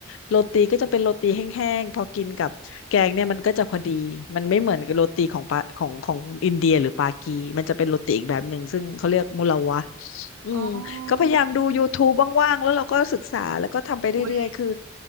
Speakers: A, on the left (about 65°); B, on the right (about 75°).
A: โรตีก็จะเป็นโรตีแห้งๆพอกินกับแกงเนี่ยมันก็จะพอดีมันไม่เหมือนกับโรตีของปาของของอินเดียหรือปากีมันจะเป็นโรตีอีกแบบหนึ่งซึ่งเขาเรียกมุลาวะอืม
B: อ๋อ
A: ก็พยายามดู YouTube ว่างๆแล้วเราก็ศึกษาแล้วก็ทำไปเรื่อยๆคือ
B: อุ้ย